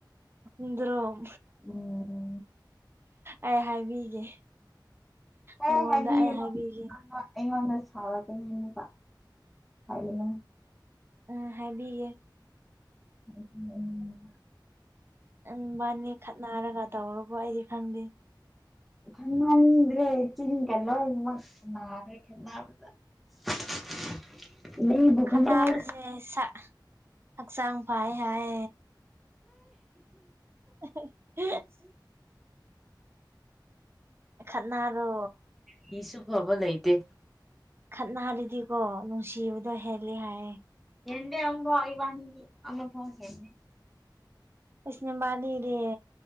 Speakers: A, on the right; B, in the centre.
A: ꯏꯗ꯭ꯔꯣꯝ
B: ꯎꯝ
A: ꯑꯩ ꯍꯥꯏꯕꯤꯒꯦ
B: ꯑꯦ
A: ꯃꯉꯣꯟꯗ
B: ꯍꯥꯏꯕꯤꯔꯨꯅꯨ
A: ꯑꯩ ꯍꯥꯏꯕꯤꯒꯦ
B: ꯑꯩꯉꯣꯟꯗ ꯁꯥꯥꯎꯔꯛꯀꯅꯤ ꯑꯃꯨꯀ ꯍꯥꯏꯒꯅꯨ
A: ꯎꯝ ꯍꯥꯏꯕꯤꯌꯦ
B: ꯍ <inaudible> ꯎꯝ
A: ꯅꯪꯕꯅꯤ ꯈꯠꯅꯔꯒ ꯇꯧꯔꯕꯣ ꯑꯩꯗꯤ ꯈꯪꯗꯦ
B: ꯈꯟꯅꯗ꯭ꯔꯦ ꯆꯤꯡꯒ ꯂꯣꯏꯅꯃꯛ ꯅꯥꯈ꯭ꯔꯦ ꯈꯟꯕꯗ <inaudible>
A: ꯈꯥꯟꯕꯁꯦ
B: ꯈꯠꯅꯕ
A: ꯁꯥ ꯍꯛꯆꯥꯡ ꯐꯥꯏ ꯍꯥꯏ <inaudible> ꯈꯥꯠꯅꯔꯣ
B: ꯈꯟꯕꯒꯤꯁꯨ ꯐꯕ ꯂꯩꯇꯦ
A: ꯈꯠꯅꯔꯗꯤꯀꯣ ꯅꯨꯡꯁꯤꯕꯗꯣ ꯍꯦꯂꯦ ꯍꯥꯏꯌꯦ
B: ꯍꯦꯟꯗꯦ ꯏꯕꯥꯟꯅꯤꯗꯤ ꯑꯃꯐꯥꯎ ꯍꯦꯟꯗꯦ
A: ꯑꯁ ꯅꯕꯟꯅꯤꯗꯤ